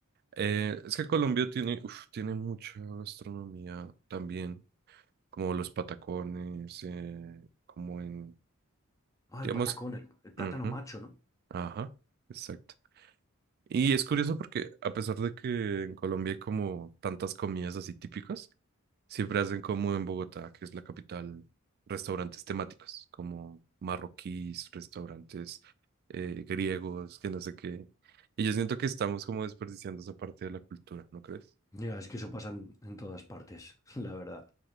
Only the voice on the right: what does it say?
Eh, es que Colombia tiene, uf, tiene mucha gastronomía también, como los patacones, eh, como en,
digamos,
ujú,
ajá, exacto. Y es curioso porque a pesar de que en Colombia hay como tantas comidas así típicas, Siempre hacen como en Bogotá, que es la capital, restaurantes temáticos, como marroquíes, restaurantes eh, griegos, que no sé qué. Y yo siento que estamos como desperdiciando esa parte de la cultura, ¿no crees?